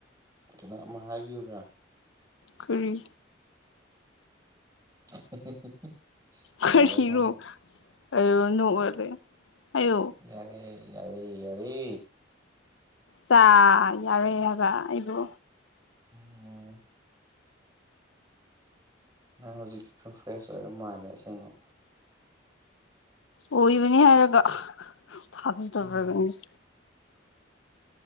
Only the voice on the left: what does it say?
ꯀꯔꯤ
ꯀꯔꯣꯅꯣ
ꯑꯌꯣ ꯅꯣꯛꯑ ꯂꯩ ꯍꯥꯏꯌꯣ
ꯆꯥ ꯌꯥꯔꯦ ꯍꯥꯏꯕ ꯑꯩꯕꯨ
ꯑꯣꯏꯕꯅꯤ ꯍꯥꯏꯔꯒ ꯊꯥꯖꯗꯕ꯭ꯔꯕꯏꯪꯗꯦ